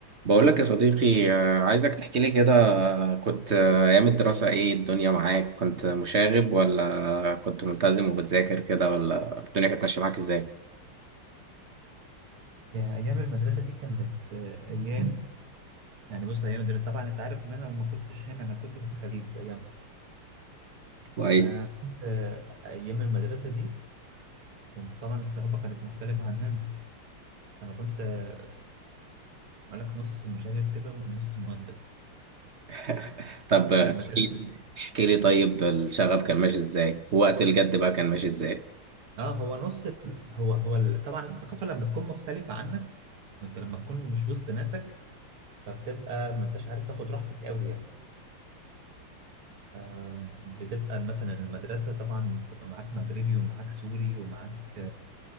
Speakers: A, on the right; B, on the right.
A: بقول لك يا صديقي آه، عايزك تحكي لي كده آه، كنت آه، أيام الدراسة إيه الدنيا معاك كنت مشاغب ولا كنت ملتزم وبتذاكر كده ولا الدنيا كانت ماشية معاك إزاي
B: يا ايام المدرسه دي كانت آه، ايام يعني بص ايام المدرسه طبعا انت عارف ان انا ما كنتش هنا انا كنت في الخليج ايامها
A: كويس
B: فكنت ايام المدرسه دي كنت طبعا الثقافه كانت مختلفه عن هنا انا كنت آه، اقول لك نص مشاغب كده ونص مؤدب
A: <laughs> طب آه،
B: فالمدرسه
A: احكي لي احكي لي طيب الشغب كان ماشي إزاي وقت الجد بقى كان ماشي إزاي
B: اه هو نص ال- هو هو ال- طبعا الثقافه لما تكون مختلفه عنك وانت لما تكون مش وسط ناسك فبتبقى ما انتش عارف تاخد راحتك قوي يعني فبتبقى مثلا المدرسه طبعا بيبقى معاك مغربي ومعاك سوري ومعاك